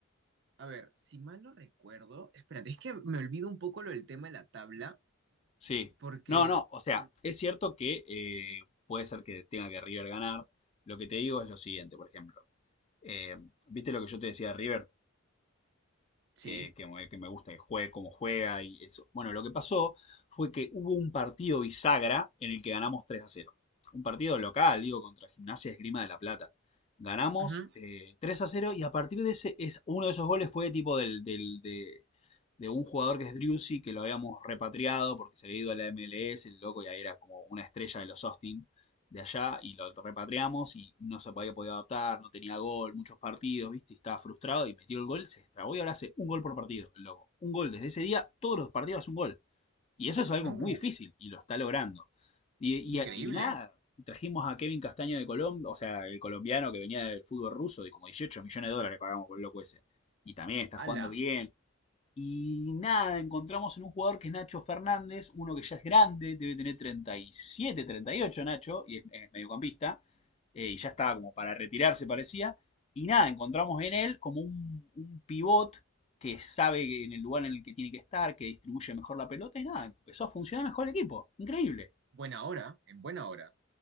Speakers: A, on the right; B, on the left.
A: a ver, si mal no recuerdo, espérate, es que me olvido un poco lo del tema de la tabla,
B: Sí.
A: porque,
B: No, no, o sea,
A: por-
B: es cierto que eh, puede ser que tenga que River ganar. Lo que te digo es lo siguiente, por ejemplo. Eh, ¿viste lo que yo te decía de River?
A: sí,
B: que, que me, que me gusta que juegue, cómo juega y eso. Bueno, lo que pasó fue que hubo un partido bisagra en el que ganamos tres a cero Un partido local, digo, contra Gimnasia Esgrima de La Plata. Ganamos
A: ujú.
B: eh, 3 a cero y a partir de ese, es, uno de esos goles fue tipo del, del- de, de un jugador que es Driussi, que lo habíamos repatriado porque se había ido a la MLS, el loco, y ahí era como una estrella de los Austin de allá y lo repatriamos y no se había podido adaptar, no tenía gol, muchos partidos, ¿viste? Estaba frustrado y metió el gol, se extrabó y ahora hace un gol por partido, el loco. Un gol desde ese día, todos los partidos hace un gol. Y eso es algo
A: Uh,
B: muy difícil y lo está logrando. Y,
A: increíble.
B: y, y nada, trajimos a Kevin Castaño de Colombia, o sea, el colombiano que venía del fútbol ruso, de como 18 millones de dólares pagamos por el loco ese. Y también está
A: Ala,
B: jugando bien, y nada, encontramos en un jugador que es Nacho Fernández, uno que ya es grande, debe tener treinta treinta y siete treinta y ocho Nacho, y es, es mediocampista, eh, y ya estaba como para retirarse parecía. Y nada, encontramos en él como un, un pivot que sabe que en el lugar en el que tiene que estar, que distribuye mejor la pelota y nada, empezó a funcionar mejor el equipo. Increíble.
A: buena hora, en buena hora.